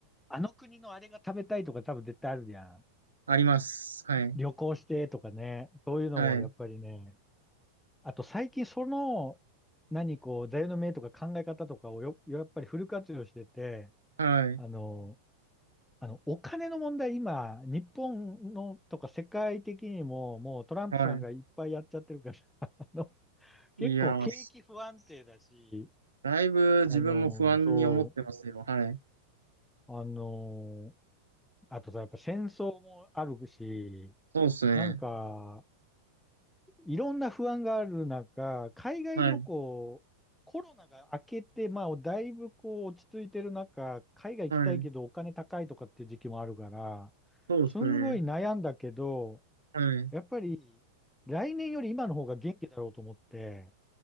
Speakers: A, in the centre; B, on the right.
A: あの国のあれが食べたいとか多分絶対あるじゃん。
B: あります。はい。
A: 旅行してとかね。そういうのもやっぱりね。
B: はい。
A: あと最近その、何こう、座右の銘とか考え方とかをよ、やっぱりフル活用してて、
B: はい。
A: あの、あの、お金の問題、今、日本のとか世界的にも、もうトランプさんがいっぱいやっちゃってるから、
B: はい。
A: <laughs> あの、結構景気不安定だし、
B: いやー、だいぶ自分も不安に思ってますよ。
A: あの、そ
B: はい。
A: う、あの、あとさ、やっぱ戦争もあるし、
B: そうですね。
A: なんか、いろんな不安がある中、海外旅行、
B: はい。
A: コロナが明けて、まあ、だいぶこう落ち着いてる中、海外行きたいけどお金高いとかっていう時期もあるから、
B: はい。そうですね。
A: すんごい悩んだけど、
B: はい。
A: やっぱり、来年より今の方が元気だろうと思って、